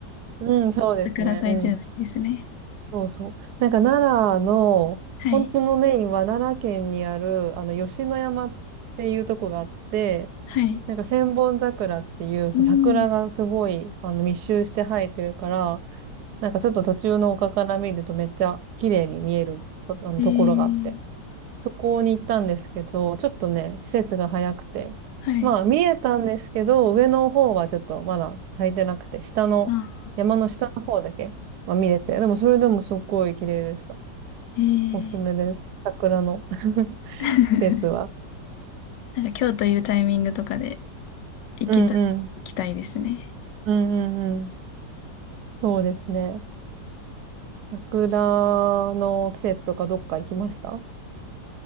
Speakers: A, on the right; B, on the left.
A: うん、そうですね。
B: 桜咲いてるのいいですね。
A: うん。そうそう。なんか奈良の、
B: はい。
A: 本当のメインは奈良県にある、あの、吉野山っていうとこがあって、
B: はい。
A: なんか千本桜っていう桜がすごい、
B: うん。
A: あの、密集して生えてるから、なんかちょっと途中の丘から見るとめっちゃ綺麗に見える、あの、
B: えー、
A: ところがあって。そこに行ったんですけど、ちょっとね、季節が早くて。
B: はい。
A: まあ、見えたんですけど、上の方はちょっとまだ履いてなくて、下の、
B: ああ、
A: 山の下の方だけ、まあ、見れて。でも、それでもすっごい綺麗でした。
B: えー、
A: おすすめです。桜の <laughs>
B: <laughs>
A: 季節は。
B: なんか京都いるタイミングとかで行けたら行きたいですね。
A: うんうん。うんうんうん。そうですね。桜の季節とかどっか行きました